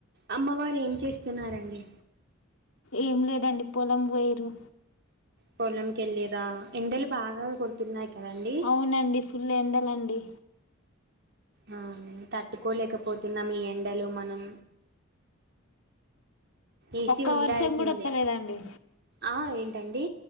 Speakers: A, on the right (about 55°); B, on the left (about 75°).
A: అమ్మవారు ఏం చేస్తున్నారండి
B: ఏం లేదండి పొలం పొయ్యిర్రు
A: పోలం కి ఎల్లిర్రా ఎండలు బాగా కొడుతున్నాయి కదండి
B: అవునండి ఫుల్ ఎండలండి
A: అవును తట్టుకోలేకపోతున్నాం ఈ ఎండలు మనం ఏసీ
B: ఒక్క
A: ఉండాల్సిందే
B: వర్షం కూడా వత్తలేదండి
A: ఆ ఏంటండి